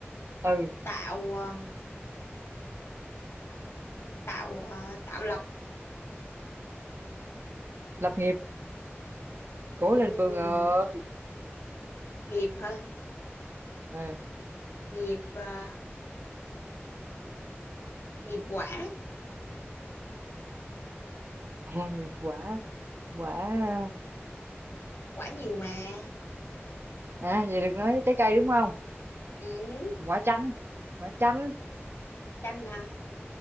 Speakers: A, on the right; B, on the left.
A: ừ,
B: tạo ờ, tạo ờ, tạo lập
A: lập nghiệp, cố
B: Ừm,
A: lên Phương ơi.
B: nghiệp hả?
A: Ừ.
B: Nghiệp ờ, nghiệp quả,
A: Ôi, quả quả
B: quả nhiều mà.
A: à vậy được nói trái cây đúng không
B: Ừ,
A: quả chanh quả chanh
B: chanh hả?